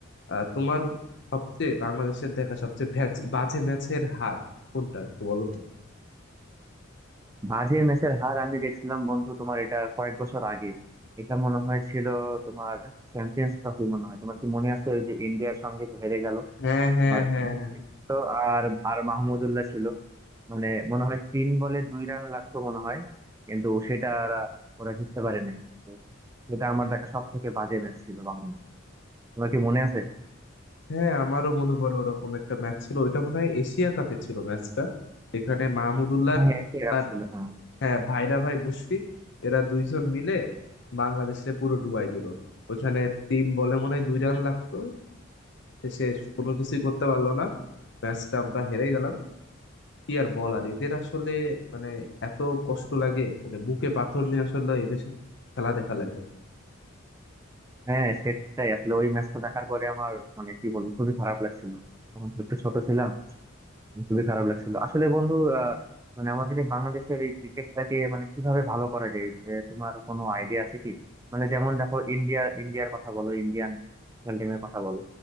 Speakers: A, on the left; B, on the right.
A: আহ, তোমার সবচেয়ে বাংলাদেশের দেখা সবচেয়ে ভ্যাজ- বাজে ম্যাচের হার কোনটা একটু বলো তো
B: বাজে ম্যাচের হার আমি দেখছিলাম বন্ধু তোমার এটা কয়েক বছর আগে এটা মনে হয় ছিল তোমার চ্যাম্পিয়ন্স ট্রফি মনে হয় তোমার কি মনে আছে ওই যে ইন্ডিয়ার সঙ্গে যে হেরে গেল
A: হ্যাঁ হ্যাঁ
B: আর
A: হ্যাঁ
B: মুশফিক
A: হ্যাঁ
B: ছিল আর আর মাহমুদুল্লাহ ছিল মানে মনে হয় তিন বলে দুই রান লাগতো মনে হয় কিন্তু সেটা ওরা ওরা জিততে পারে নাই তো সেটা আমার দেখা সব থেকে বাজে ম্যাচ ছিল বাংলাদেশে তোমার কি মনে আছে
A: হ্যাঁ আমারও মনে পড়ে ওরকম একটা ম্যাচ ছিল ওইটা মনে হয় এশিয়া কাপে ছিল ম্যাচটা এখানে মাহমুদুল্লাহর
B: হ্যাঁ খারাপ
A: তার
B: ছিল হ্যাঁ
A: হ্যাঁ ভাইরা ভাই মুশফিক এরা দুইজন মিলে বাংলাদেশে পুরো ডুবাই দিল ওখানে তিন বলে মনে হয় দুই রান লাগতো সে কোনো কিছুই করতে পারলো না ম্যাচটা আমরা হেরে গেলাম কি আর বলার এদের আসলে মানে এত কষ্ট লাগে মানে বুকে পাথর নিয়ে আসলে এদের সা- খেলা দেখা লাগে
B: হ্যাঁ সেটাই আসলে ওই ম্যাচটা দেখার পরে আমার মানে কি বলবো খুবই খারাপ লাগছিল তখন তো একটু ছোট ছিলাম খুবই খারাপ লাগছিল আসলে বন্ধু আহ, মানে আমাদের এই বাংলাদেশের এই ক্রিকেটটাকে মানে কিভাবে ভালো করা যায় এ, তোমার কোনো আইডিয়া আছে কি মানে যেমন দেখো ইন্ডিয়া ইন্ডিয়ার কথা বলো ইন্ডিয়ান ন্যাশনাল টিমের কথা বলো